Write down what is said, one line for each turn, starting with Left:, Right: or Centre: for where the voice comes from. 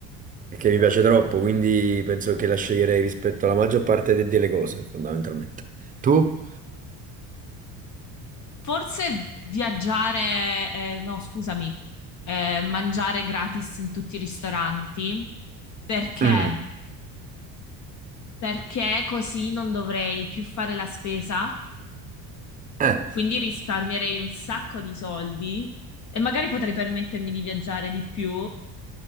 Right: perché mi piace troppo, quindi penso che la sceglierei rispetto alla maggior parte de- delle cose, fondamentalmente. Tu?
Left: Forse viaggiare, eh, no, scusami, eh, mangiare gratis in tutti i ristoranti. Perché?
Right: Mm,
Left: Perché così non dovrei più fare la spesa,
Right: Eh,
Left: quindi risparmierei un sacco di soldi e magari potrei permettermi di viaggiare di più.